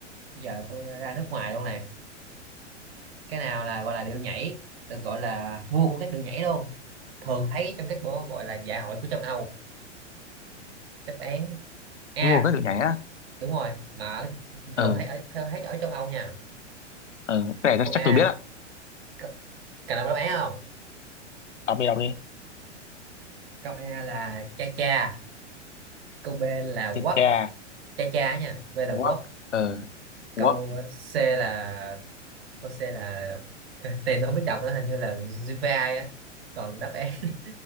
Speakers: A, on the right; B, on the left.
A: giờ tôi ra nước ngoài luôn này cái nào là gọi là điệu nhảy được gọi là vua của các điệu nhảy luôn thường thấy trong các bộ gọi là dạ hội của châu Âu đáp án A
B: vua các đội nhảy á
A: đúng rồi mà ở,
B: ờ
A: thường thấy ở thường thấy ở châu Âu nha
B: ờ cái này
A: câu
B: chắc
A: A
B: tôi biết á
A: c- cần đọc đáp án không
B: đọc đi đọc đi
A: câu A là cha cha câu B là quất
B: Chà,
A: cha cha nha B là
B: work,
A: quất
B: quốc ờ quốc
A: câu C là Jose là <laughs> tên tôi không biết đọc nữa hình như là Jivai á còn đáp án <laughs>